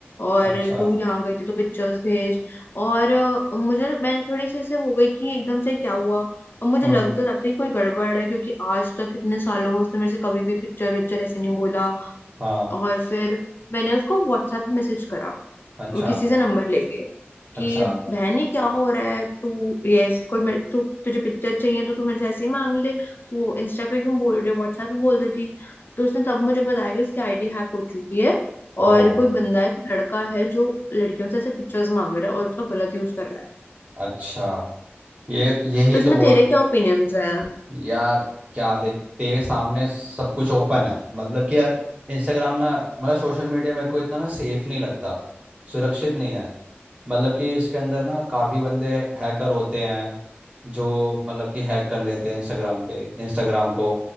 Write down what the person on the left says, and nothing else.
और
तू यहाँ गई थी तो पिक्चर्स भेज और अ, मुझे मैंने थोड़ी सी ऐसे हो गई कि एकदम से क्या हुआ और मुझे
लग तो रहा था कि कोई गड़बड़ है क्योंकि आज तक इतने सालों में उसने मेरे से कभी भी पिक्चर विक्चर ऐसे नहीं बोला
और फिर मैंने उसको व्हाट्सएप पे मैसेज करा
वो किसी से नंबर अच्छा लेके
कि बहन ये क्या हो रहा है तू यस कोई मेरे तू तुझे पिक्चर चाहिए तो तू मेरे से ऐसे ही मांग ले तू इंस्टा पे क्यों बोल रही है व्हाट्सएप पे बोल देती तो उसने तब मुझे बताया कि उसकी आईडी हैक हो चुकी है और
कोई बंदा है कोई लड़का है जो लड़कियों से ऐसे पिक्चर्स मांग रहा है और उसका गलत यूज कर रहा है
तो इसमें
तेरे क्या ओपिनियंस हैं